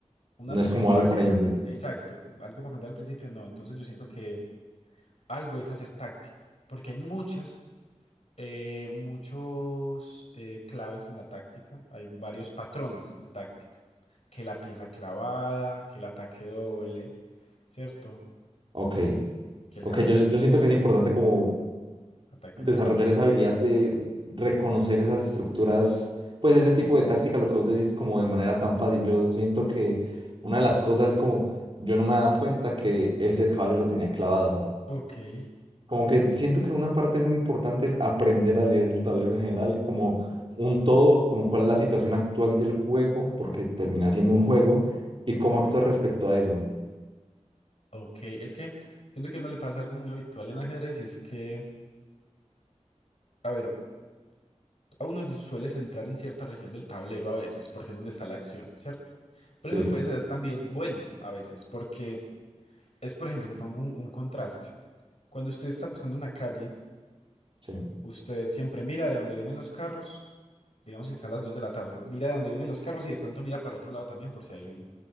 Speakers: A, on the left (about 60°); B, on the right (about 45°).
A: Una
B: No
A: noción
B: es como
A: básica,
B: algo para iniciar.
A: exacto, algo para aprender al principio, no. Entonces yo siento que algo es hacer táctica, porque hay muchas, eh, muchos eh, claves en la táctica, hay varios patrones de táctica, que la pieza clavada, que el ataque doble, ¿cierto?
B: Ok.
A: Que el
B: Ok,
A: jaque
B: yo,
A: es
B: yo siento
A: doble,
B: que es importante como
A: ataque
B: desarrollar
A: a la descubierta.
B: esa habilidad de reconocer esas estructuras, pues ese tipo de táctica, lo que vos decís, como de manera tan fácil. Yo siento que una de las cosas es como, yo no me he dado cuenta que ese caballo lo tenía clavado.
A: Ok.
B: Como que
A: <clears throat>
B: siento que una parte muy importante es aprender a leer el tablero en general, como un todo, como cuál es la situación actual del juego, porque termina siendo un juego, y cómo actuar respecto a eso.
A: Ok, es que siento que a uno le pasa algo muy habitual en ajedrez y es que, a ver, a uno se suele centrar en cierta región del tablero a veces, porque es donde está la acción, ¿cierto? Pero
B: Sí,
A: eso puede ser también bueno a veces, porque es, por ejemplo, te pongo un, un contraste. Cuando usted está pasando una calle,
B: sí,
A: usted siempre mira de dónde vienen los carros, digamos que está a las 2 de la tarde, mira de dónde vienen los carros y de pronto mira para el otro lado también por si hay un,